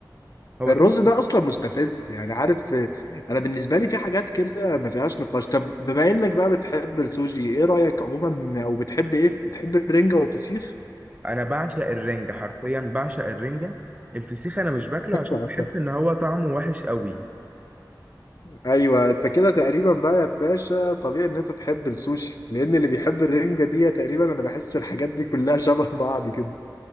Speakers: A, on the right; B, on the left.
A: <laughs> هو
B: الرز
A: كان
B: ده اصلا مستفز يعني عارف آه، انا بالنسبه لي في حاجات كده ما فيهاش نقاش طب بما انك بقى بتحب السوشي ايه رايك عموما او بتحب ايه بتحب الرنجه والفسيخ
A: انا بعشق الرنجة حرفيا بعشق الرنجة الفسيخ انا مش باكله
B: <laughs>
A: عشان بحس ان هو طعمه وحش قوي
B: ايوه انت كده تقريبا بقى يا باشا طبيعي ان انت تحب السوشي لان اللي بيحب الرنجه دي تقريبا انا بحس الحاجات دي كلها <laughs> شبه بعض كده